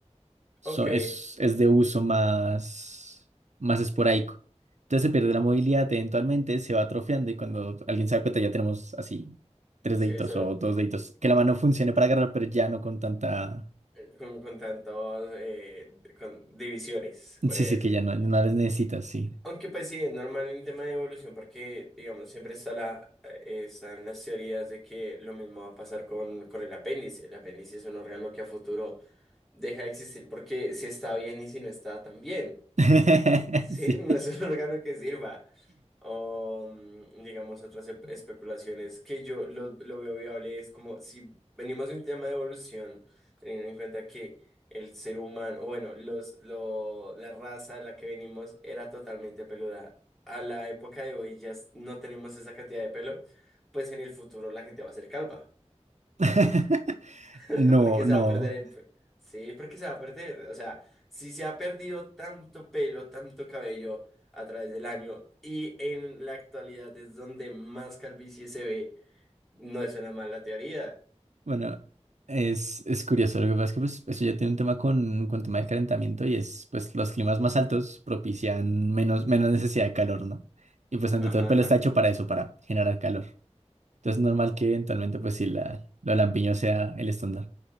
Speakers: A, on the right; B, in the centre.
A: So-
B: Ok,
A: es, es de uso más, más esporádico. Entonces se pierde la movilidad, eventualmente se va atrofiando y cuando alguien se da cuenta ya tenemos así tres
B: sí,
A: deditos
B: solo
A: o dos deditos, que la mano funcione para agarrar, pero ya no con tanta
B: eh, con, con tantos, eh, con divisiones, podría
A: Sí, sí,
B: decir.
A: que ya no, no las necesitas, sí.
B: Aunque pues sí, es normal en tema de evolución porque, digamos, siempre está la, eh, están las teorías de que lo mismo va a pasar con, con el apéndice. El apéndice es un órgano que a futuro deja de existir porque si está bien y si no está tan bien.
A: <laughs>
B: Sí,
A: Sí.
B: <laughs> no es un <laughs> órgano que sirva o mm, digamos otras espe- especulaciones que yo lo, lo veo viable es como si venimos de un tema de evolución, teniendo en cuenta que el ser humano, o bueno, los, lo, la raza de la que venimos era totalmente peluda. A la época de hoy ya s- no tenemos esa cantidad de pelo, pues en el futuro la gente va a ser calva.
A: <laughs> No,
B: <laughs> Porque
A: no.
B: se va a perder el pelo. Sí, porque se va a perder. O sea, si se ha perdido tanto pelo, tanto cabello a través del año y en la actualidad es donde más calvicie se ve, no es una mala teoría.
A: Bueno, es, es curioso. Lo que pasa es que pues, eso ya tiene un tema con, con tema del calentamiento y es, pues, los climas más altos propician menos, menos necesidad de calor, ¿no? Y pues, ante
B: Ajá,
A: todo, el pelo está hecho para eso, para generar calor. Entonces, es normal que eventualmente, pues, sí, la, lo lampiño sea el estándar.